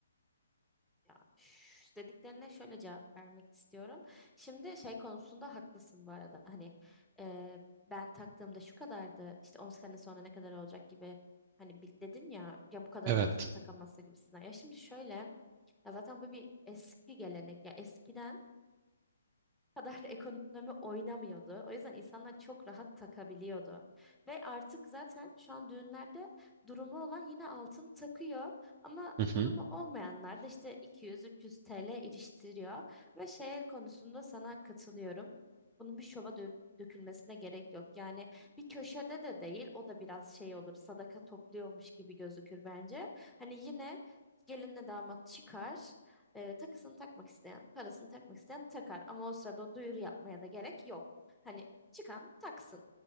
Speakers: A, in the centre; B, on the right.
A: ya, şş dediklerine şöyle cevap vermek istiyorum. Şimdi şey konusunda haklısın bu arada. Hani e, ben taktığımda şu kadardı. İşte 10 sene sonra ne kadar olacak gibi. Hani bil- dedin ya ya bu kadar
B: Evet.
A: olursa takamazsa gibisinden. Ya şimdi şöyle ya zaten bu bir eski gelenek. Ya eskiden kadar <laughs> ekonomi oynamıyordu. O yüzden insanlar çok rahat takabiliyordu. Ve artık zaten şu an düğünlerde durumu olan yine altın takıyor ama
B: Hı hı.
A: durumu olmayanlar da işte 200-300 TL iliştiriyor ve şey konusunda sana katılıyorum. Bunun bir şova dö- dökülmesine gerek yok. Yani bir köşede de değil, o da biraz şey olur, sadaka topluyormuş gibi gözükür bence. Hani yine gelinle damat çıkar. E, takısını takmak isteyen, parasını takmak isteyen takar. Ama o sırada o duyuru yapmaya da gerek yok. Hani çıkan taksın.